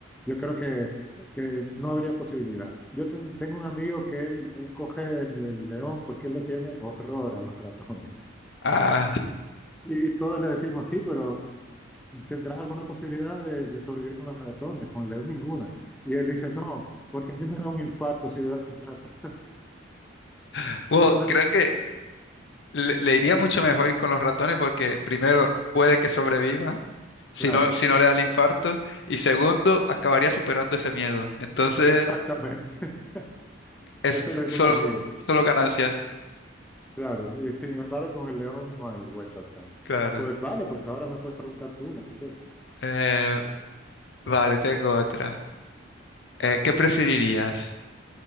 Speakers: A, in the centre; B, on the left.
A: yo creo que que no habría posibilidad. Yo ten- tengo un amigo que él, él coge el, el león porque él le tiene horror a los ratones. <laughs>
B: Ah,
A: Y, y todos le decimos, sí, pero ¿tendrás alguna posibilidad de, de sobrevivir con los ratones? Con el león ninguna. Y él dice, no, porque a mí me da un infarto si veo sin ratones. <laughs>
B: <laughs> bueno,
A: Entonces,
B: creo que le, le iría mucho mejor ir con los ratones porque primero puede que sobreviva, si
A: claro,
B: no, si no le da el infarto, y segundo, acabaría superando ese miedo. Entonces,
A: exactamente. <laughs>
B: es
A: Eso le dijo
B: solo,
A: un amigo.
B: solo ganancias.
A: Claro, y sin embargo con el león no hay vuelta atrás.
B: Claro.
A: Pues vale, pues ahora me puedes preguntar tú una si quieres.
B: Eh, vale, tengo otra. Eh, ¿qué preferirías?